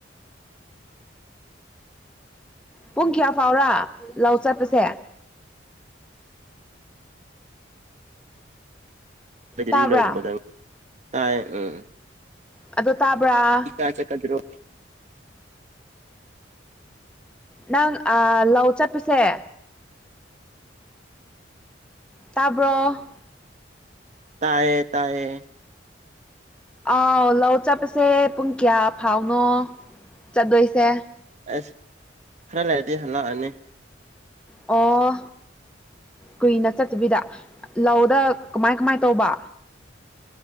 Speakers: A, in the centre; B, on the right (about 40°).
A: ꯄꯨꯡ ꯀꯌꯥ ꯐꯥꯎꯔꯥ ꯂꯧ ꯆꯠꯄꯁꯦ ꯇꯥꯕ꯭ꯔꯥ
B: ꯔꯤ ꯂꯣꯏꯗ <inaudible> ꯇꯥꯏ ꯎꯝ
A: ꯑꯗꯣ ꯇꯥꯕ꯭ꯔꯥ
B: ꯀꯥꯏꯁꯦ <inaudible> ꯀꯗꯔꯣ
A: ꯅꯪ ꯂꯥꯎ ꯆꯠꯄꯁꯦ ꯇꯥꯕ꯭ꯔꯣ
B: ꯇꯥꯢꯌꯦ ꯇꯥꯢꯌꯦ
A: ꯑꯥꯎ ꯂꯧ ꯆꯠꯄꯁꯦ ꯄꯨꯡ ꯀꯌꯥ ꯐꯥꯎꯅꯣ ꯆꯠꯗꯣꯏꯁꯦ
B: ꯑꯁ ꯈꯔ ꯂꯩꯔꯗꯤ ꯍꯂꯥꯛꯑꯅꯤ
A: ꯑꯣ ꯀꯨꯏꯅ ꯆꯠꯇꯕꯤꯗ ꯂꯧꯗ ꯀꯃꯥꯏ ꯀꯃꯥꯏ ꯇꯧꯕ